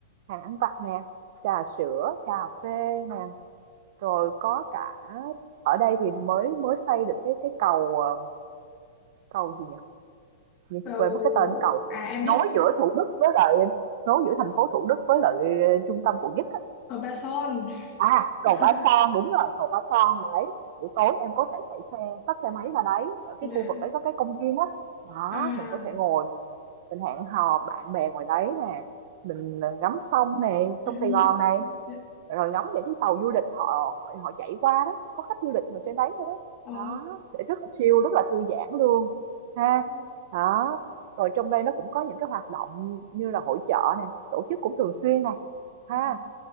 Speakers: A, on the right; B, on the left.
A: hàng ăn vặt nè, trà sữa, cà phê nè, rồi có cả ở đây thì mới mới xây được cái cái cầu, ờ, cầu gì nhỉ? Như
B: Cầu-
A: chị quên mất cái tên cầu,
B: à em
A: nối
B: biết
A: giữa Thủ Đức với lại nối giữa thành phố Thủ Đức với lại ờ, trung tâm quận nhất.
B: ở Ba Son
A: À, cầu
B: <laughs>
A: Ba Son, đúng rồi, cầu Ba Son đấy. Buổi tối em có thể chạy xe, tắt xe máy ra đấy, ở cái
B: dạ
A: khu vực đấy có cái công viên á. Đó,
B: à
A: mình có thể ngồi mình mình hẹn hò bạn bè ngoài đấy nè, mình ờ, ngắm sông nè,
B: <laughs>
A: sông Sài Gòn này,
B: Dạ.
A: rồi ngắm những cái tàu du lịch họ họ họ chạy qua đó, có khách du lịch ngồi trên đấy thôi đấy.
B: Ờ.
A: Đó, để rất là chill, rất là thư giãn luôn ha.
B: Ừ.
A: Đó. Rồi trong đây nó cũng có những cái hoạt động như là hội chợ nè, tổ chức cũng thường xuyên nè ha.
B: Ừ.